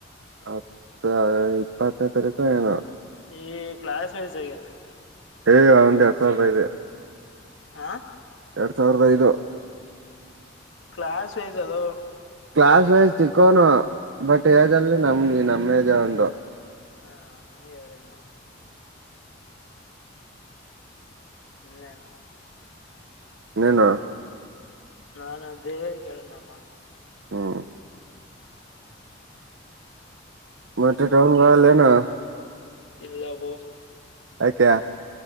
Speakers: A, on the right (about 75°); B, on the left (about 85°).
A: ಹತ್ತ ಇಪ್ಪತ್ತನೇ ತಾರೀಕು ಏನು
B: ಈಗ ಕ್ಲಾಸ್ ವೈಸ್ ಈಗ
A: ಹೇಗ ಒ ಒಂದ ಎರಡ್ ಸಾವಿರ ರೂಪಾಯಿ ಇದೆ
B: ಹಾ
A: ಎರಡ್ ಸಾವಿರದ ಐದು
B: ಕ್ಲಾಸ್ ವೇಸ ಅದೋ
A: ಕ್ಲಾಸ್ ವೈಸ್ ಚಿಕ್ಕೋನು ಬಟ್ ಏಜ್ ಅಲ್ಲಿ ನಮ್ದ ನಮ್ಮ ಏಜ ಅವಂದು
B: ಹ್ಮ ಹಂಗೆ ಹೇಳದ್ನ ಇನೇನು
A: ನೀನು
B: ನಾನು ಅದೇ ಕೇಳನಪ್ಪ
A: ಹ್ಮ್ ಮತ್ತೆ ಟೌನ್ ಗಾಲೆ ಹ
B: ಇಲ್ಲಬೋ
A: ಐಕೆ